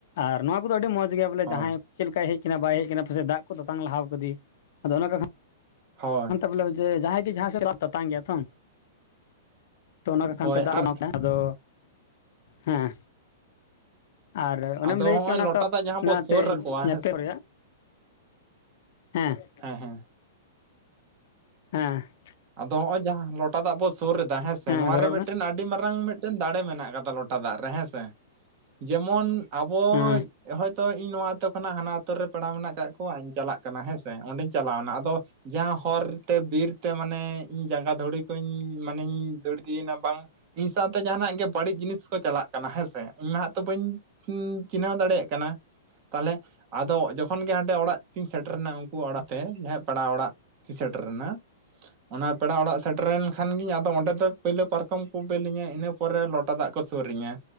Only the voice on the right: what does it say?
ᱦᱳᱭ
ᱦᱳᱭ ᱾
ᱦᱳᱭ
ᱟᱨ
ᱟᱫᱚ
ᱦᱚᱸᱜᱼᱚᱭ
ᱞᱚᱴᱟ
ᱫᱟᱜ ᱡᱟᱦᱟᱸ
ᱵᱚ ᱥᱩᱨ ᱟᱠᱚᱣᱟ
ᱦᱮᱸ
ᱦᱮᱸ ᱦᱮᱸ ᱾
ᱟᱫᱚ ᱦᱚᱸᱜᱼᱚᱭ ᱡᱟᱦᱟᱸ ᱞᱚᱴᱟ ᱫᱟᱜ ᱵᱚ ᱥᱩᱨ ᱮᱫᱟ ᱦᱮᱸᱥᱮ
ᱱᱚᱣᱟ
ᱨᱮ
ᱢᱤᱫᱴᱮᱱ
ᱟᱹᱰᱤ ᱢᱟᱨᱟᱝ ᱢᱤᱫᱴᱮᱱ ᱫᱟᱲᱮ ᱢᱮᱱᱟᱜ ᱟᱠᱟᱫᱟ ᱞᱚ ᱴᱟ ᱫᱟᱜ ᱨᱮ ᱦᱮᱸᱥᱮ ᱡᱮᱢᱚᱱ ᱟᱵᱚ
ᱦᱟᱭ ᱛᱚ ᱤᱧ ᱱᱚᱣᱟ ᱟᱹᱛᱩ ᱠᱷᱚᱱᱟᱜ ᱦᱟᱱᱟ ᱟᱹᱛᱩ ᱨᱮ ᱯᱮᱲᱟ ᱢᱮᱱᱟᱜ ᱟᱠᱟᱫ ᱠᱚᱣᱟ ᱤᱧ ᱪᱟᱞᱟᱜ ᱠᱟᱱᱟ ᱦᱮᱸᱥᱮ ᱚᱸᱰᱮᱧ ᱪᱟᱞᱟᱣ ᱱᱟ ᱟᱫᱚ ᱡᱟᱦᱟᱸ ᱦᱚᱨᱛᱮ ᱵᱤᱨ ᱛᱮ ᱢᱟᱱᱮ ᱤᱧ ᱡᱟᱸᱜᱟ ᱫᱷᱩᱲᱤ ᱠᱚᱧ ᱢᱟᱱᱮᱧ ᱫᱷᱩᱲᱤ ᱤᱫᱤᱭᱮᱱᱟ ᱵᱟᱝ ᱤᱧ ᱥᱟᱶᱛᱮ ᱡᱟᱦᱟᱱᱟᱜ ᱜᱮ ᱵᱟᱹᱲᱤᱡ ᱡᱤᱱᱤᱥ ᱠᱚ ᱪᱟᱞᱟᱜ ᱠᱟᱱᱟ ᱦᱮᱸᱥᱮ ᱤᱧ ᱢᱟᱦᱟᱸᱜ ᱛᱚ ᱵᱟᱹᱧ ᱪᱤᱱᱦᱟᱹᱣ ᱫᱟᱲᱮᱭᱟᱜ ᱠᱟᱱᱟ, ᱛᱟᱦᱚᱞᱮ ᱟᱫᱚ ᱡᱚᱠᱷᱚᱱ ᱜᱮ ᱦᱟᱸᱰᱮ ᱚᱲᱟᱜ ᱛᱤᱧ ᱥᱮᱴᱮᱨᱱᱟ ᱩᱝᱠᱩ ᱚᱲᱟᱜ ᱛᱮ ᱡᱟᱦᱟᱸ ᱯᱮᱲᱟ ᱚᱲᱟᱜ ᱛᱤᱧ ᱥᱮᱴᱮᱨᱮᱱᱟ ᱚᱱᱟ ᱯᱮᱲᱟ ᱚᱲᱟᱜ ᱥᱮᱴᱮᱨᱮᱱ ᱠᱷᱟᱱ ᱜᱤᱧ ᱟᱫᱚ ᱚᱸᱰᱮ ᱫᱚ ᱯᱟᱹᱭᱞᱟᱹ ᱯᱟᱨᱠᱚᱢ ᱠᱩ ᱵᱤᱞᱟᱹᱧᱟᱹ ᱤᱱᱟᱹ ᱯᱚᱨᱮ ᱞᱚᱴᱟ ᱫᱟᱜ ᱠᱚ ᱥᱩᱨᱟᱹᱧᱟ,